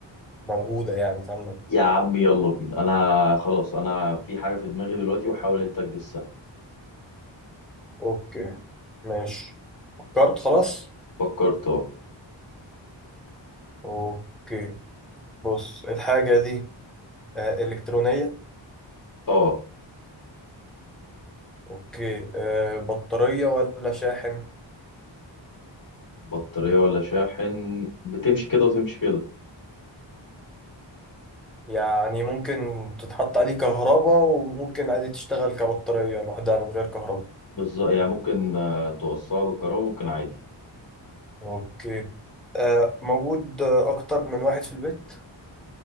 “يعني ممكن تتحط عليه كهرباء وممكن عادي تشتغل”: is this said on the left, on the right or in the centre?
Centre